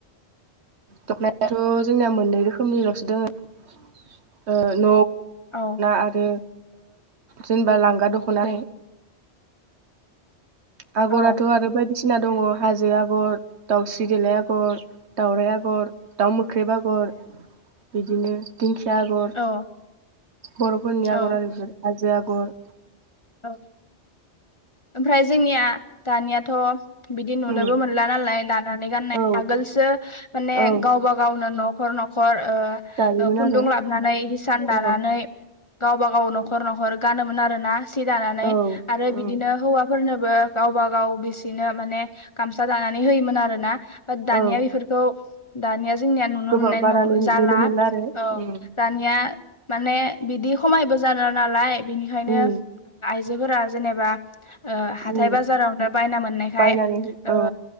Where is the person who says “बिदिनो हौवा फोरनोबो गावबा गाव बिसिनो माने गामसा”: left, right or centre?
Left